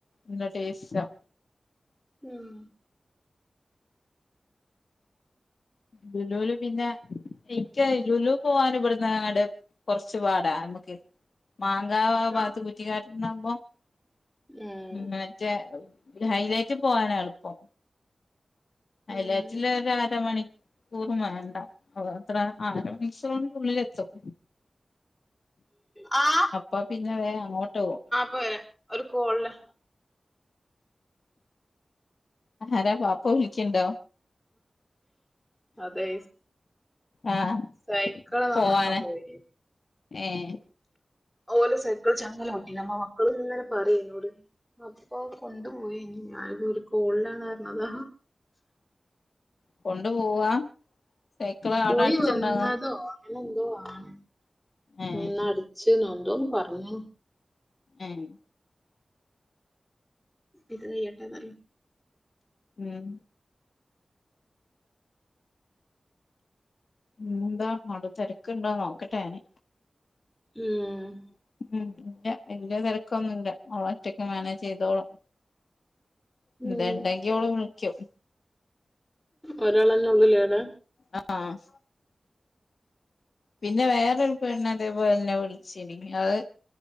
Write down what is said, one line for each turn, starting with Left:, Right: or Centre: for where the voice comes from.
Left: ഇന്ത ടേസ്റ്റ്
Centre: ഉം
Left: ലുലുലു പിന്നെ ഇക്ക ലുലു പോവൻ ഇവിടന്ന് എങ്ങട് കുറച്ചു പാടാ അൺമുക്ക് മാങ്കാവ ഭാഗത്ത്
Centre: ആ
Left: കുറ്റിക്കാ <unintelligible>
Centre: ഉം
Left: റ്റ ഹൈലൈറ്റ് പോവാന എളുപ്പം അയലാച്ചില്
Centre: ഉം
Left: ഒ അര മണിക്ക കൂറും വേണ്ട അ അത്ര ആര മണിക്കൂർണ്ട് ഉള്ളിലെത്തും
Centre: ആ
Left: അപ്പാ പിന്നെ വേ അങ്ങോട്ട് പോ
Centre: പോരാ ഒരു കോളിലാ
Left: ആരാ പാപ്പ വിളിക്കണ്ടോ
Centre: അതെ
Left: ആഹ്
Centre: സൈക്കിള് നന്നാക്കാൻ
Left: പോവാന്
Centre: പോയി
Left: ഏഹ്
Centre: ഓലോ സൈക്കിൾ ചങ്ങല പൊട്ടിന് മക്കളിങ്ങനെ പറയ എന്നോട് അപ്പൊ കൊണ്ടു പോയിനി ഞാൻ ഒരു കോളിലാണ് പറഞ്ഞതാ
Left: കൊണ്ടു പോവാ സൈക്കിള് അവിടെ
Centre: പോയി
Left: അടുത്തുണ്ടോന്ന്
Centre: വന്നതോ അങ്ങനെ എന്തോ ആണ്
Left: ഏഹ്
Centre: നിന്ന അടച്ച്ന്നോ എന്തോ പറഞ്ഞിന്
Left: ഉം
Centre: ഇത് എട്ടതാണ്
Left: ഉം പിന്നെന്താ അവിടെ തിരക്ക്ണ്ടോ നോക്കട്ടെ ഞാന്
Centre: ഉം
Left: ഉം ഇല്ല വല്ല്യ തിരക്കൊന്നുല്ല ഓള് ഒറ്റക്ക് മാനേജ് ചെയ്തോളും
Centre: ഉം
Left: എന്തെണ്ടെങ്കി ഓള് വിളിക്കും
Centre: ഒരാളെന്നെ ഉള്ളുലേടേ
Left: അ ആഹ് പിന്നെ വേറൊരു പെണ്ണ് അതേപോലെന്നെ വിളിച്ച്ന് അത്